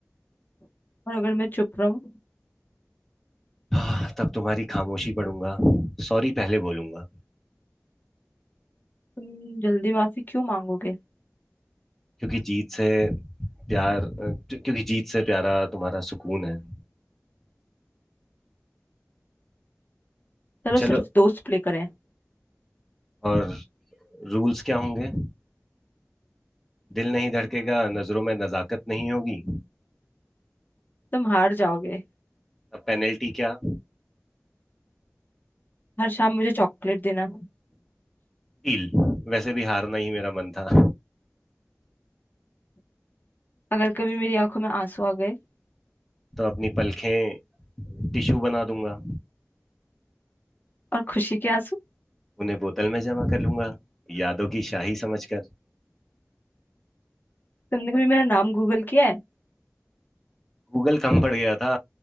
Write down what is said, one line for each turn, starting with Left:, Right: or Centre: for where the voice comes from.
Left: और अगर मैं चुप रहूं
Centre: आह, तब तुम्हारी खामोशी पढ़ूंगा सॉरी पहले बोलूंगा
Left: तुम जल्दी माफी क्यों मांगोगे
Centre: क्योंकि जीत से प्यार क्योंकि जीत से प्यारा तुम्हारा सुकून है
Left: चलो
Centre: चलो
Left: सिर्फ दोस्त प्ले करें
Centre: और रूल्स क्या होंगे दिल नहीं धड़केगा नजरों में नजाकत नहीं होगी
Left: तुम हार जाओगे
Centre: अब पेनल्टी क्या
Left: हर शाम मुझे चॉकलेट देना
Centre: डील वैसे भी हारना ही मेरा मन था
Left: अगर कभी मेरी आंखों में आंसू आ गए
Centre: तो अपनी पलखें टिश्यू बना दूंगा
Left: और खुशी के आंसू
Centre: उन्हें बोतल में जमा कर लूंगा यादों की शाही समझकर
Left: तुमने कभी मेरा नाम गूगल किया है
Centre: गूगल कम पड़ गया था